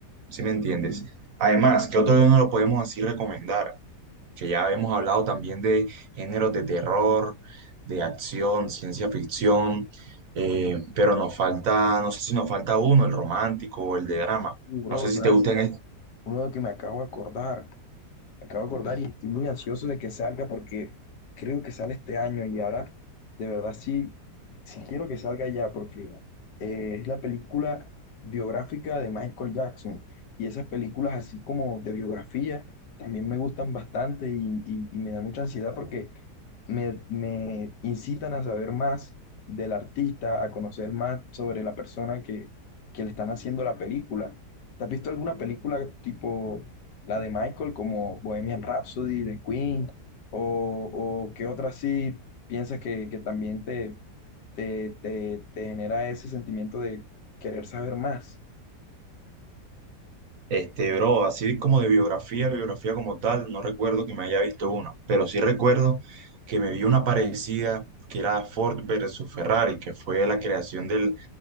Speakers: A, on the right; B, on the left.
A: ¿sí me entiendes? Además, qué otro no lo podemos así recomendar? Que ya hemos hablado también de géneros de terror, de acción, ciencia ficción, eh, pero nos falta, no sé si nos falta uno, el romántico o el de drama.
B: Uh, Bro,
A: No sé
B: ¿sabes?
A: si te gustan
B: Uno de que me acabo de acordar. Acabo de acordar y estoy muy ansioso de que salga porque creo que sale este año y ahora de verdad sí, sí quiero que salga ya porque eh, es la película biográfica de Michael Jackson y esas películas así como de biografía también me gustan bastante y, y- y me da mucha ansiedad porque me, me incitan a saber más del artista, a conocer más sobre la persona que, que le están haciendo la película. ¿Te has visto alguna película tipo... La de Michael como Bohemian Rhapsody de Queen o, o qué otra sí piensas que, que también te, te, te, te genera ese sentimiento de querer saber más.
A: Este, bro, así como de biografía, biografía como tal, no recuerdo que me haya visto una, pero sí recuerdo que me vi una parecida que era Ford versus Ferrari, que fue la creación del,